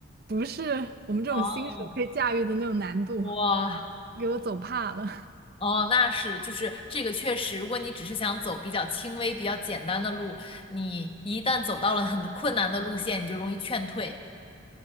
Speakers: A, on the right; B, on the left.
A: 不是我们这种新手可以驾驭的那种难度，
B: 哦，哇，
A: 给我走怕了。
B: 哦，那是，就是这个确实，如果你只是想走比较轻微、比较简单的路，你一旦走到了很困难的路线，你就容易劝退。